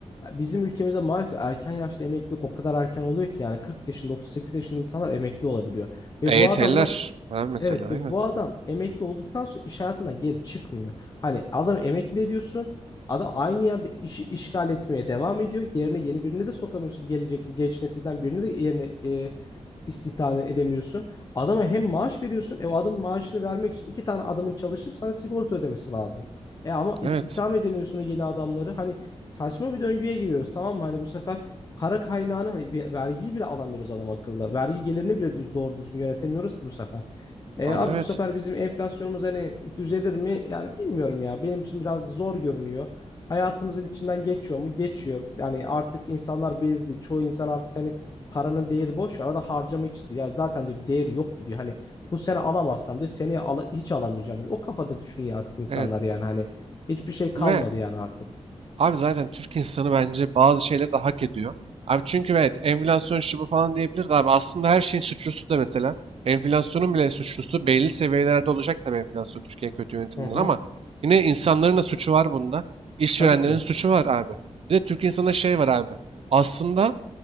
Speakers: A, on the left; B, on the right.
A: Bizim ülkemizde maalesef erken yaşta emeklilik o kadar erken oluyor ki yani 40 yaşında 38 yaşında insanlar emekli olabiliyor. Ve
B: EYT'liler.
A: bu adamlar
B: Abi mesela
A: Evet
B: aynen.
A: ve bu adam emekli olduktan sonra iş hayatına geri çıkmıyor. Hani adam emekli ediyorsun. Adam aynı yerde işi işgal etmeye devam ediyor. Yerine yeni birini de sokamıyorsun. Gelecek genç nesilden birini de yerine e, istihdam edemiyorsun. Adama hem maaş veriyorsun. E o adamın maaşını vermek için iki tane adamın çalışıp sana sigorta ödemesi lazım. E ama
B: Evet.
A: istihdam edemiyorsun o yeni adamları. Hani saçma bir döngüye giriyoruz tamam mı? Hani bu sefer para kaynağını hani bir- vergiyi bile alamıyoruz adam akıllı. Vergi gelirini bile düz doğru düzgün yönetemiyoruz ki bu sefer. E
B: Abi
A: abi
B: evet.
A: bu sefer bizim enflasyonumuz hani düzelir mi? Yani bilmiyorum ya. Benim için biraz zor görünüyor. Hayatımızın içinden geçiyor mu? Geçiyor. Yani artık insanlar bezdi. Çoğu insan artık hani Paranın değeri boş. Arada harcamak istiyor. Ya zaten diyor bir değeri yok gidiyor. Hani bu sene alamazsam diyor. Seneye ala- hiç alamayacağım diyor. O kafada düşünüyor artık insanlar
B: Evet.
A: yani. Hani hiçbir şey kalmadı
B: Ve
A: yani artık.
B: Abi zaten Türk insanı bence bazı şeyleri de hak ediyor. Abi çünkü evet enflasyon şu bu falan diyebilir de abi aslında her şeyin suçlusu da mesela enflasyonun bile suçlusu belli seviyelerde olacak tabii enflasyon Türkiye kötü yönetiminden
A: Hı hı.
B: ama yine insanların da suçu var bunda. İşverenlerin
A: Tabii ki.
B: suçu var abi. Bir de Türk insanında şey var abi. Aslında